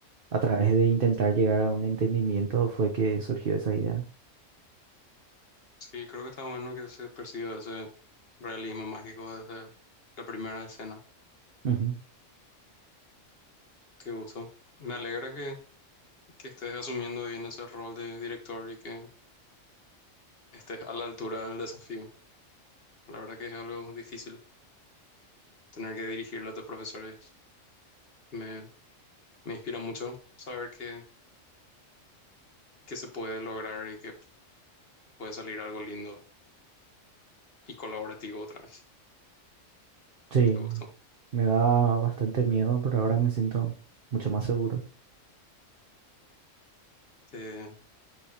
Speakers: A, on the right; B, on the left.
A: a través de intentar llegar a un entendimiento fue que surgió esa idea.
B: sí, creo que está bueno que se perciba ese realismo mágico desde la primera escena
A: Ujú.
B: que usó. Me alegra que, que estés asumiendo bien ese rol de director y que estés a la altura del desafío. La verdad que es algo difícil tener que dirigirle a tus profesores. Me, me inspira mucho saber que, que se puede lograr y que puede salir algo lindo y colaborativo otra vez.
A: Sí,
B: Qué gusto.
A: me da bastante miedo, pero ahora me siento mucho más seguro.
B: Te,